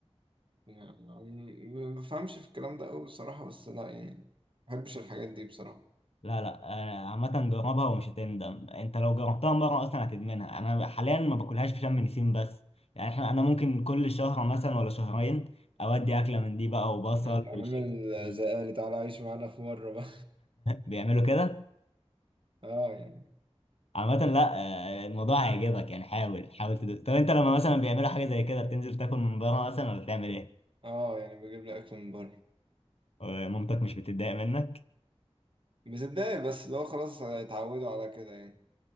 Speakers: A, on the right; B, on the left.
A: يعني ما ما بفهمش في الكلام ده قوي بصراحه بس لا يعني ما بحبش الحاجات دي بصراحه
B: لا لا آه، عامة جربها ومش هتندم انت لو جربتها مرة اصلا هتدمنها انا حاليا ما باكلهاش في شم نسيم بس يعني احنا انا ممكن كل شهر مثلا ولا شهرين اودي اكلة من دي بقى وبصل
A: انت عامل
B: وشيبس <laughs>
A: زي اهلي تعالى عيش معانا في مره بقى
B: بيعملوا كده
A: <laughs> اه يعني
B: عامة لا آه، الموضوع هيعجبك يعني حاول حاول تدوس طب انت لما مثلا بيعملوا حاجة زي كده بتنزل تاكل من بره مثلا ولا بتعمل ايه؟
A: اه يعني بجيب لي اكل من بره
B: ومامتك مش بتتضايق منك
A: بتتضايق بس لو خلاص اتعودوا على كده يعني